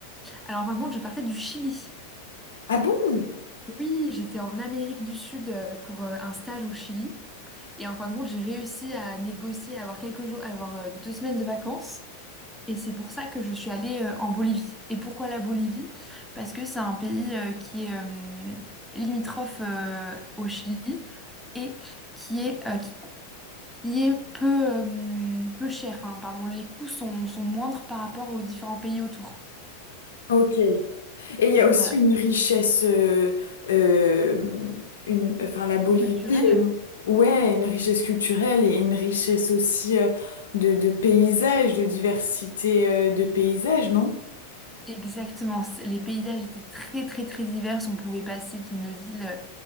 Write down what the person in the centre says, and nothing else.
Alors, en fin de compte, je partais du Chili.
Oui, j'étais en Amérique du Sud euh, pour euh, un stage au Chili. Et en fin de compte, j'ai réussi à négocier, à avoir quelques jours, à avoir euh, deux semaines de vacances. Et c'est pour ça que je suis allée euh, en Bolivie. Et pourquoi la Bolivie? Parce que c'est un pays euh, qui est euh, limitrophe euh, au Chili et qui est, euh, qui, qui est peu, euh, peu cher. Enfin, pardon, les coûts sont, sont moindres par rapport aux différents pays autour.
Donc
voilà,
culturel.
Exactement. C- Les paysages étaient très très très divers. On pouvait passer d'une ville